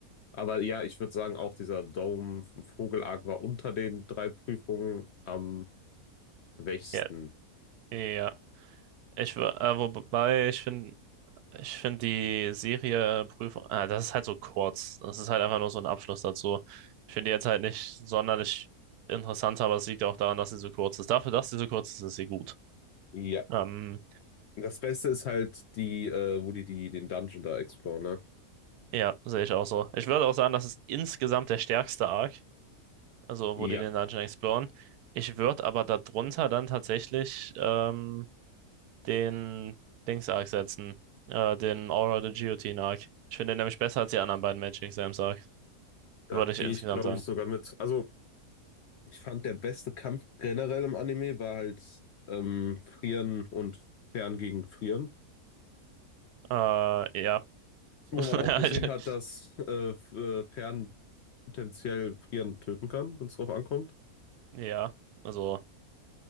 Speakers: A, on the left; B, on the right.
A: Aber ja, ich würde sagen, auch dieser Dome vom Vogelarg war unter den drei Prüfungen am schwächsten.
B: ja, ja. Ich, wür- äh, wobei, ich finde, Ich finde die Serie Prüfung, ah, das ist halt so kurz. Das ist halt einfach nur so ein Abschluss dazu. Ich finde die jetzt halt nicht sonderlich interessant, aber es liegt auch daran, dass sie so kurz ist. Dafür, dass sie so kurz ist, ist sie gut.
A: Ja.
B: Ähm,
A: Das Beste ist halt die, äh, wo die, die den Dungeon da exploren, ne?
B: ja, sehe ich auch so. Ich würde auch sagen, das ist insgesamt der stärkste Arc, also
A: Ja.
B: wo die den Dungeon exploren. Ich würde aber darunter dann tatsächlich ähm, den Dings-Arc setzen, äh, den Aura the Guillotine-Arc. Ich finde den nämlich besser als die anderen beiden Magic Exams-Arc,
A: Da
B: würde ich
A: gehe
B: insgesamt
A: ich, glaube
B: sagen.
A: ich, sogar mit. Also, ich fand, der beste Kampf generell im Anime war halt ähm, Frieren und Fern gegen Frieren,
B: Äh, ja, <laughs>
A: wo man auch gesehen hat, dass äh, F- äh, Fern potenziell Frieren töten kann, wenn es drauf ankommt.
B: Ja, also